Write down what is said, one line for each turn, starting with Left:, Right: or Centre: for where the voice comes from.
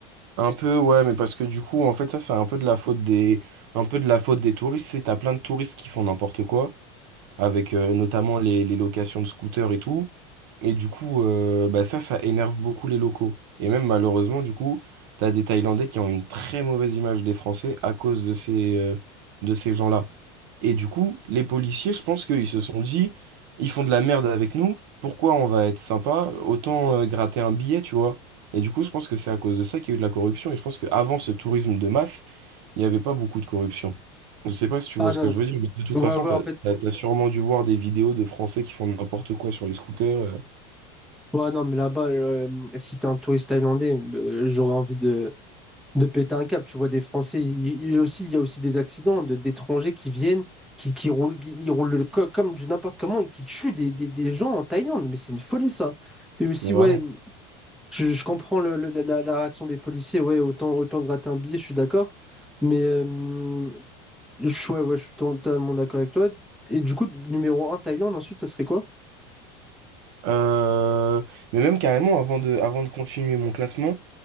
Right: Un peu, ouais, mais parce que du coup, en fait, ça, c'est un peu de la faute des, un peu de la faute des touristes. C'est, t'as plein de touristes qui font n'importe quoi avec euh, notamment les, les locations de scooters et tout. Et du coup, euh, bah ça, ça énerve beaucoup les locaux. Et même malheureusement, du coup, t'as des Thaïlandais qui ont une très mauvaise image des Français à cause de ces, euh, de ces gens-là. Et du coup, les policiers, je pense qu'ils se sont dit, ils font de la merde avec nous, pourquoi on va être sympa? Autant euh, gratter un billet, tu vois. Et du coup, je pense que c'est à cause de ça qu'il y a eu de la corruption. Et je pense qu'avant ce tourisme de masse, il n'y avait pas beaucoup de corruption. Je sais pas si tu
Centre: Ah
Right: vois ce
Centre: non.
Right: que je veux dire, mais de toute
Centre: Ouais,
Right: façon,
Centre: ouais,
Right: t'as,
Centre: en fait.
Right: t'as, t'as sûrement dû voir des vidéos de Français qui font n'importe quoi sur les scooters, euh,
Centre: Ouais, non, mais là-bas, euh, si t'es un touriste thaïlandais, euh, j'aurais envie de, de péter un câble. Tu vois des Français, il, il aussi, il y a aussi des accidents de- d'étrangers qui viennent, qui, qui roulent, qui- ils roulent le co- comme du n'importe comment et qui tuent des, des- des gens en Thaïlande. Mais c'est une folie ça. Et aussi,
Right: mais vraiment.
Centre: ouais, je, je comprends le- le- la, la réaction des policiers. Ouais, autant, autant gratter un billet, je suis d'accord. Mais euh, je, ouais, ouais, je suis totalement d'accord avec toi. Et du coup, numéro un Thaïlande, ensuite, ça serait quoi?
Right: Euh, mais même carrément, avant de, avant de continuer mon classement,